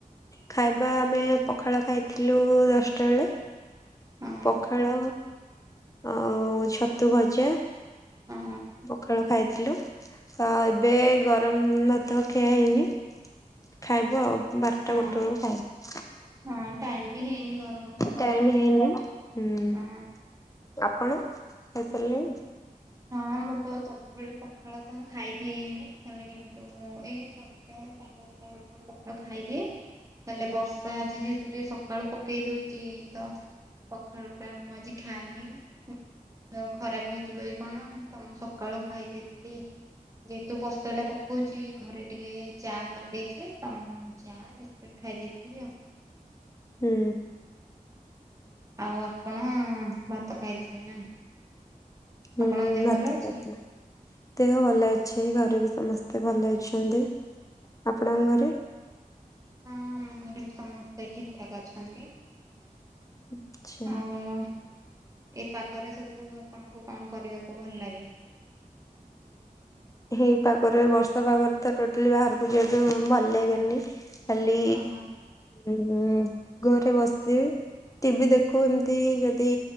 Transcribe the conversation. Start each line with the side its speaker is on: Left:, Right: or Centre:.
Left: ଖାଇବା ଆମେ ପଖାଳ ଖାଇଥିଲୁ ଦଶଟା ବେଳେ
Right: ହଁ
Left: ପଖାଳ ଆଉ ଛତୁ ଭଜା
Right: ହଁ
Left: ପଖାଳ ଖାଇଥିଲୁ ଆ ଏବେ ଗରମ ଭାତ ଖିଆ ହେଇନି। ଖାଇବୁ ଆଉ ବାରଟା
Right: ହଁ
Left: ଗୋଟେ ବେଳକୁ ଖାଇବୁ।
Right: ହଁ ଟାଇମ ବି ହେଇନି ଗରମ ଖାଇବାର।
Left: ଟାଇମ ହେଇନି ହୁଁ।
Right: ହଁ
Left: ଆପଣ? ଖାଇସାରିଲେଣି?
Right: ହଁ ମୁଁ ତ ସବୁବେଳେ ପଖାଳ ତ ମୁଁ ଖାଇଦିଏ ହେଲେ କିନ୍ତୁଁ ମୁଁ ଏଇ ଦଶଟା ସାଢ଼େ ଦଶଟା କଣ ପଖାଳ ଖାଇଦିଏ ତାହେଲେ ବର୍ଷା ଆଜି ଯେହେତୁ ଟିକେ ସକାଳୁ ପକେଇ ଦଉଛି ତ ପଖାଳ ଟା ମୁ ଆଜି ଖାଇନି। ମୋ ଦେହ ଖରାପ ହେଇଯିବ ଏ କଣ ତ ମୁଁ ସକାଳୁ ଖାଇ ଦେଇଥିଲି ଯେହେତୁ ବର୍ଷା ଟା ପକଉଛିି ଘରେ ଟିକେ ଚା କରିଦେଇଥିଲେ ତମ ଚା ବିସ୍ଟ ଖାଇ ଦେଇଥିଲି ଆଉ।
Left: ହୁଁ
Right: ଆଉ ଆପଣ ଭାତ ଖାଇଥିବେ ନା?
Left: ହୁଁ
Right: ଆପଣଙ୍କ ଦେହ
Left: ଭାତ
Right: ଭଲ ଅଛି?
Left: ଖାଇଥିଲି ଦେହ ଭଲ ଅଛି ଘରେ ବି ସମସ୍ତେ ଭଲ ଅଛନ୍ତି। ଆପଣଙ୍କ ଘରେ?
Right: ହଁ ଆମ ଘରେ ବି ସମସ୍ତେ ଠିକ ଠାକ୍ ଅଛନ୍ତି।
Left: ଆଚ୍ଛା
Right: ଆଉ ଏ ପାଗରେ ସବୁ ଆପଣଙ୍କୁ କଣ କରିବାକୁ ଭଲ ଲାଗେ?
Left: ହଇ ପାଗରେ ବର୍ଷା ପାଗରେ ତ ଟୋଟାଲି ବାହାରକୁ ଯିବା ପାଇଁ ଭଲ ଲାଗେନି ଖାଲି
Right: ହଁ
Left: ଉ ଘରେ ବସିବେ। ଟିଭି ଦେଖୁ ଏମତି ଯଦି